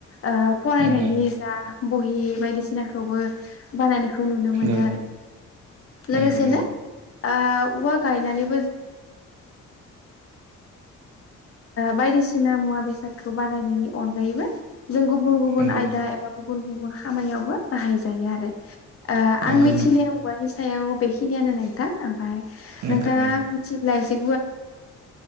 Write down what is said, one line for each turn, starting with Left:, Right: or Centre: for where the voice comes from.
Left: ओ फरायनायनि
Right: नंगौ
Left: जा बहि बायदिसिनाखौबो बानायनायखौ न यो
Right: नंगौ
Left: आरो लोगोसेनो
Right: नंगौ नंगौ
Left: ओ औवा गायनानै ओ बायदिसिना मुवा बेसादखौ बानायनायनि अनगायैबो जों गुबुन
Right: नंगौ
Left: गुबुन आयदा एबा गुबुन गुबुन खामानियावबो बाहाय जायो आरो आं
Right: नंगौ
Left: मिथिनाया औवानि सायाव बेखिनियानो नोंथां ओमफाय
Right: नंगौ
Left: नोंथाङा
Right: नंगौ
Left: मिथिब्ला एसे